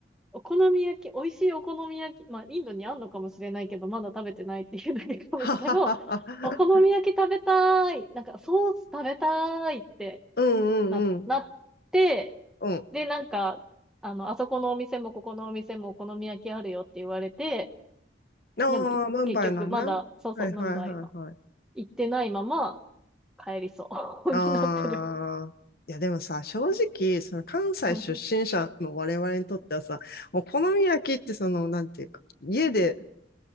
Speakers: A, in the centre; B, on the left.
A: お好み焼き、美味しいお好み焼き、まあ、インドにあんのかもしれないけど、まだ食べてないっていうだけかもだけど、
B: ははは
A: お好み焼き食べたい、
B: は。
A: なんかソース食べたいって
B: うんうんうん。
A: な、なって、
B: うん。
A: で、なんか、あの、あそこのお店もここのお店もお好み焼きあるよって言われて、
B: ああ、
A: でも結局まだ、
B: ムンバイなんね。
A: そうそう、
B: はいはいはいはい。
A: ムンバイの行ってないまま帰りそう
B: ああ、
A: <laughs> になってる。
B: いやでもさ、正直、その関西出身者の我々にとってはさ、
A: <laughs>
B: お好み焼きってその、なんていうか、家で、